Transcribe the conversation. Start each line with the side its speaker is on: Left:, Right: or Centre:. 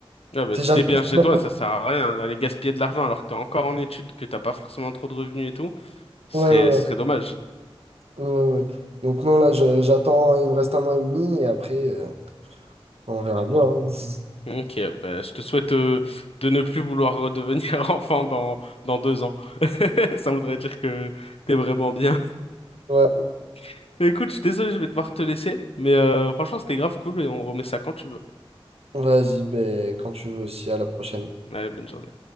Left: ah bah,
Right: tu
Left: si
Right: sais, j'attends.
Left: t'es bien chez toi, ça sert à rien d'aller gaspiller de l'argent alors que t'es encore en études, que t'as pas forcément trop de revenus et tout. Ce
Right: Ouais,
Left: serait,
Right: ouais, ouais,
Left: ce serait dommage.
Right: ouais, ouais. ouais. Donc, non, là, je- j'attends, il me reste un mois et demi, et après, euh, on verra bien. hein. <laughs>
Left: Ok, bah, je te souhaite euh, de ne plus vouloir redevenir <laughs> enfant dans, dans deux ans. <laughs> Ça voudrait dire que t'es vraiment bien.
Right: Ouais,
Left: <laughs> Mais écoute, je suis désolé, je vais devoir te laisser. Mais euh, franchement, c'était grave cool et on remet ça quand tu veux.
Right: vas-y, ben, quand tu veux aussi, à la prochaine.
Left: Allez, bonne journée.